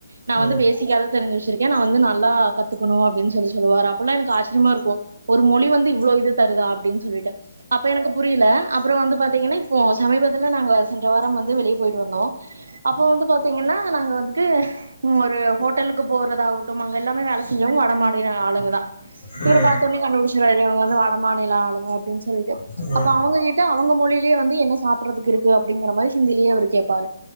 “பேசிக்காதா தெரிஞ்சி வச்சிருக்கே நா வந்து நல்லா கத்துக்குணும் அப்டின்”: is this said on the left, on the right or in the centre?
Right